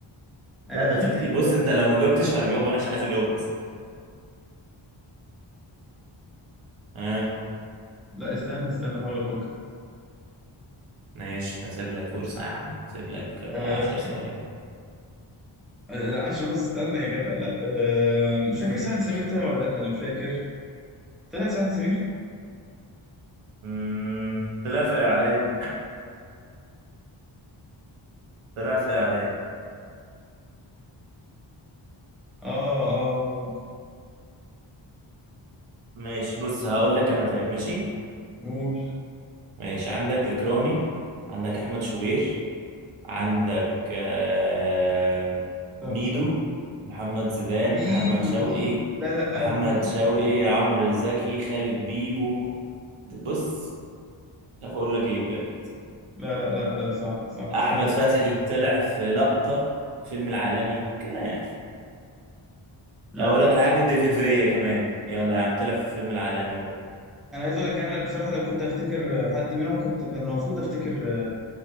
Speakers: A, in the centre; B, on the right.
A: انا
B: لا ده
A: فاكر
B: في كتير بص
A: آه،
B: انت لو ما جاوبتش هجاوب انا مش عايز اجاوب اصلا اه
A: لا استنى استنى هحاول افكر
B: ماشي هسيب لك فرصة يا عم هسيب لك آه،
A: آه،
B: عشر ثواني
A: آه، لا عشان بس استنى يا جدع لا آه، مش
B: <laughs>
A: فاكر سعد سمير طلع ولا لا انا مش فاكر طلع سعد سمير
B: مم، طلع في اعلان طلع في اعلان
A: اه اه ممكن
B: ماشي بص هقول لك انا طيب ماشي
A: ممكن
B: ماشي عندك اكرامي عندك احمد شوبير عندك آه،
A: صح
B: ميدو
A: صح
B: محمد زيدان
A: ميدو
B: محمد شوقي
A: اه لا لا
B: محمد
A: آه، انا حبيت
B: شوقي
A: ميدو
B: عمرو زكي خالد بيبو بص مش عارف اقول لك ايه بجد
A: لا لا لا آه، صح صح
B: احمد
A: صح
B: فتحي طلع في لقطة فيلم العالمي كده يعني
A: لا
B: اقول لك
A: انا
B: الحاج ديفيد فيا كمان يلا يا عم طلع في فيلم العالمي برضه
A: أنا عايز اقول لك انا بصراحه لو كنت افتكر حد منهم كنت كان المفروض افتكر آه،